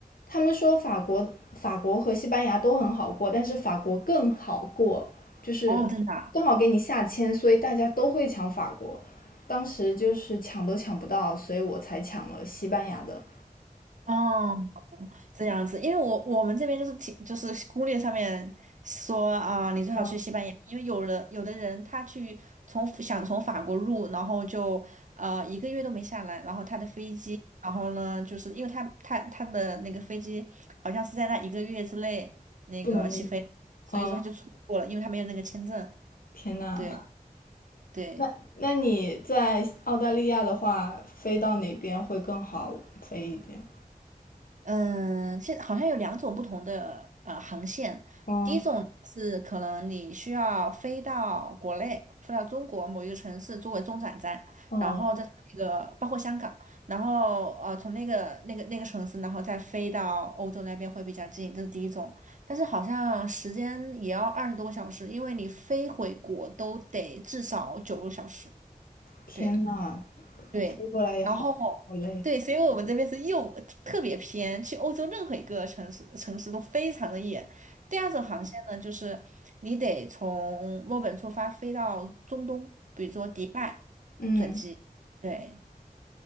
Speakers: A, on the left; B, on the right.
A: 他们说法国、法国和西班牙都很好过，但是法国更好过，就是刚好给你下签，
B: 哦，真的
A: 所以大家都会抢法国。当时就是抢都抢不到，所以我才抢了西班牙的。
B: 啊，哦，这样子，因为我我们这边就是提就是攻略上面说啊、你最好去西班牙，
A: 嗯，
B: 因为有的有的人他去从想从法国入，然后就呃一个月都没下来，然后他的飞机，然后呢，就是因为他他他的那个飞机好像是在那一个月之内那个起飞，
A: 不能，
B: 所以说他就错过了，
A: 嗯，
B: 因为他没有那个签证，
A: 天呐，
B: 对。对，
A: 那那你在澳大利亚的话，飞到哪边会更好飞一点？
B: 嗯，现好像有两种不同的呃航线。
A: 嗯
B: 第一种是可能你需要飞到国内，飞到中国某一个城市作为中转站，
A: 嗯，
B: 然后在那个包括香港，然后呃从那个那个那个城市，然后再飞到欧洲那边会比较近，这是第一种。但是好像时间也要二十多个小时，因为你飞回国都得至少九个小时。
A: 天呐，
B: 对。对，
A: 飞过来也好好累。
B: 然后对，所以我们这边是又特别偏，去欧洲任何一个城市城市都非常的远。第二种航线呢，就是你得从墨尔本出发飞到中东，比如说迪拜
A: 嗯，
B: 转机。对，